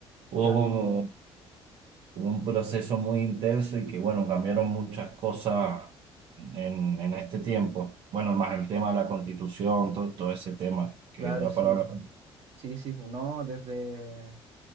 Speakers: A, on the right; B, on the right.
A: Hubo
B: Claro,
A: como Hubo un proceso muy intenso y que, bueno, cambiaron muchas cosas en, en este tiempo. Bueno, más el tema de la constitución, todo, todo ese tema que
B: claro,
A: da
B: sí.
A: para hablar.
B: bu. Sí, sí, bu, no, desde,